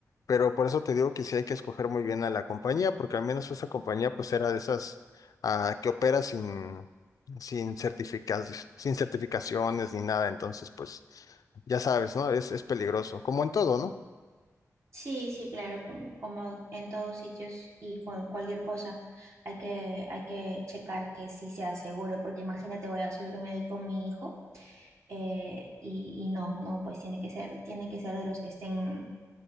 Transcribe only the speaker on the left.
Pero por eso te digo que sí hay que escoger muy bien a la compañía, porque al menos esa compañía pues era de esas ah, que opera sin, sin certificas, sin certificaciones ni nada. Entonces, pues ya sabes, ¿no? Es, es peligroso, como en todo, ¿no?